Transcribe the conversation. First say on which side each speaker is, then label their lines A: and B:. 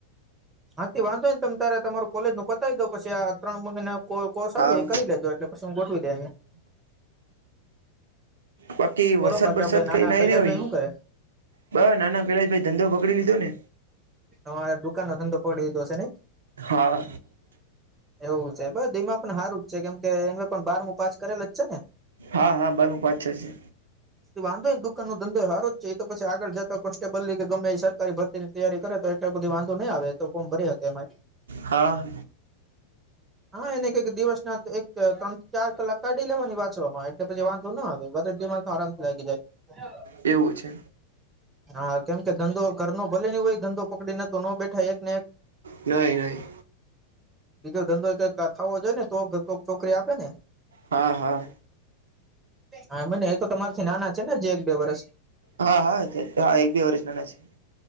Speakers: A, on the right; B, on the right.
A: હાથી વાંધો ન ત તારે તમારું કોલેજ નું પતાવી દો પછી આ ત્રણ મહિના કો કોષ આવી
B: હા
A: એ કરી લેજ એટલે પછી હું ગોઠવી દે
B: બાકી વરસાદ
A: બોલો બાકી
B: બરસાદ
A: આપડે નાના
B: કઈ નાઈ
A: કૈલાશભાઈ
B: ને ભાઈ
A: શું કરે
B: બ નાના કલા ભાઈ ધંધો પકડી લીધો ને
A: તમારે દુકાનનો ધંધો તો પકડી લીધો હશે ને
B: હા
A: એવું છે બધા એમાં પણ સારું જ છે કેમ કે એ પણ બારમુ પાસ કરેલ જ છે ને
B: હા હા બરું પાછો છે
A: વાંધોને દુકાન નો ધંધો સારો છે એ તો પછી આગળ જતા કોન્સ્ટેબલ કે ગમે સરકારી ભરતીને તૈયારી કરે તો એટલે બધી વાંધો નહીં આવે તો ફોર્મ ભરી શકે એમાં
B: હા
A: હા એને કઈક દિવસ ના એક ત્રણ ચાર કલાક કાઢી લેવાની વાંચવામાં પછી વાંધો ના આવે બધા મા આરામથી લાગી જાય
B: એવું છે
A: હા કેમ કે ધંધો ઘર ન ભલે નહી હોય ધંધો પકડીને તો ન બેઠા એક ને એક
B: ન ન
A: બીજો ધંધો કઈથો જોઈ ને તો છોકરી આપે ને
B: હા હા
A: હા મને એ તો તમારથી નાના છે ને જે એક બે વર્ષ
B: હા હા હા એક બેી ઓરિજનલ છે